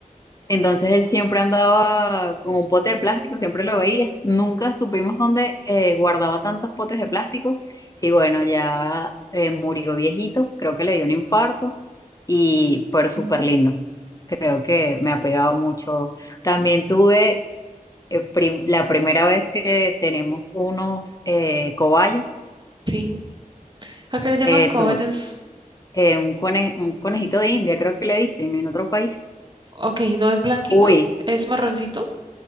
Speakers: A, on the left; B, on the right.
A: Entonces él siempre andaba con un pote de plástico, siempre lo veía. Nunca supimos dónde eh, guardaba tantos potes de plástico. Y bueno, ya eh, murió viejito, creo que le dio un infarto. Y, pero súper
B: ujú,
A: lindo, creo que me ha pegado mucho. También tuve eh, prim- la primera vez que tenemos unos eh, cobayos,
B: sí. ¿A qué le llamas
A: eh,
B: cobayos?
A: tu- eh, un, cone- un conejito de India, creo que le dicen en otro país.
B: Ok, no es blanquito,
A: Uy,
B: es marroncito.